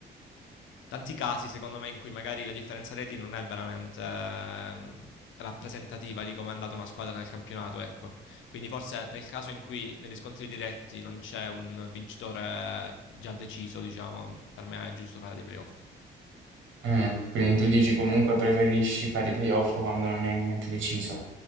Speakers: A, on the left; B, on the right.
A: tanti casi secondo me in cui magari la differenza reti non è veramente ehm, rappresentativa di come è andata una squadra nel campionato, ecco. Quindi forse nel caso in cui negli scontri diretti non c'è un vincitore già deciso, diciamo, per me è giusto fare dei playoff.
B: Mm, quindi tu dici comunque preferisci fare i playoff quando non è niente deciso,